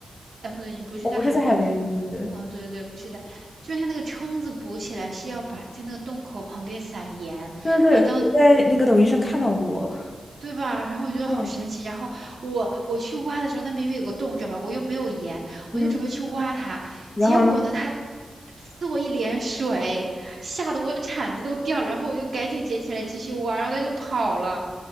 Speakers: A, on the right; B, on the left.
A: 哎，不对，你不是在海边住的。
B: 我不是在海边住的，对
A: 哦，对对对，不是的，就是它那个蛏子补起来是要把在那个洞口旁边撒盐，
B: 对对，
A: 然后当
B: 我在那个抖音上看到过。
A: 对吧？然后我觉得好神奇。
B: 嗯
A: 然后我我去挖的时候，那明明有个洞，知道吧？我又没有盐，我就准备去挖它，
B: 嗯，
A: 结果呢，
B: 然后呢？
A: 它呲我一脸水，吓得我铲子都掉了。然后我就赶紧捡起来继续挖，然后它就跑了，